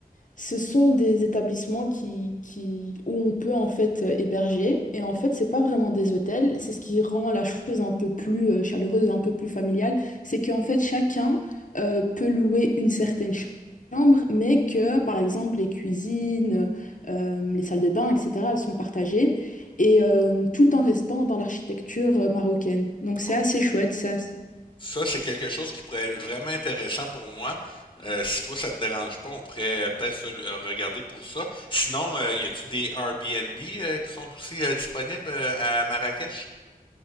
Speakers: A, on the left (about 55°); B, on the left (about 30°).
A: ce sont des établissements qui, qui, où on peut en fait euh, héberger. Et en fait, c'est pas vraiment des hôtels. C'est ce qui rend la chose un peu plus euh, chaleureuse, et un peu plus familiale. C'est qu'en fait, chacun euh, peut louer une certaine ch- chambre, mais que, par exemple, les cuisines, euh, euh, les salles de bain, etc., elles sont partagées. Et euh, tout en restant dans l'architecture euh, marocaine. Donc c'est
B: Oh.
A: assez chouette, ça.
B: Ça, c'est quelque chose qui pourrait être vraiment intéressant pour moi. Euh, si toi, ça te dérange pas, on pourrait euh, peut-être se euh, regarder pour ça. Sinon, euh, y a-tu des Airbnb euh, qui sont aussi euh, disponibles euh, à Marrakech?